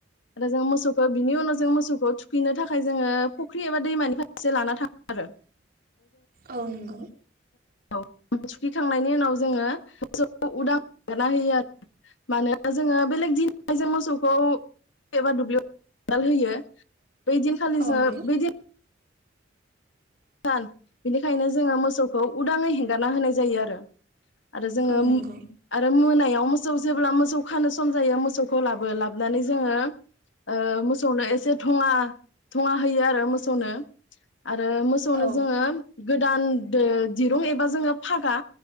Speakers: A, on the left; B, on the right.
A: आरो जों मोसौखौ बिनि उनाव जो जों मोसौखौ थुखैनो थाखाय जोङो फुख्रि एबा दैमानि फारसे लाना थाङो आरो
B: औ नंगौ
A: औ थुखिखांनायनि उनाव जोङो मोसौखौ उदां हगारना होयो आरो मानोना जोङो बेलेग दिन जों मोसौखौ एबा दुब्लियाव दाल होयो बेदिनखालिसो
B: औ नंगौ
A: बेदिन -थान बिनिखायनो जोङो मोसौखौ उदाङै हेंगारना होनाय जायो आरो आरो जोङो
B: औ नंगौ
A: आरो मोनायाव मोसौ जेब्ला मोसौ खानो सम जायो मोसौखौ लाबो लाबोनानै जोङो ओ मोसौनो एसे थङा थङा होयो आरो मोसौनो आरो -थनो
B: औ
A: जोङो गोदान दो दिरुं एबा जोङो फागा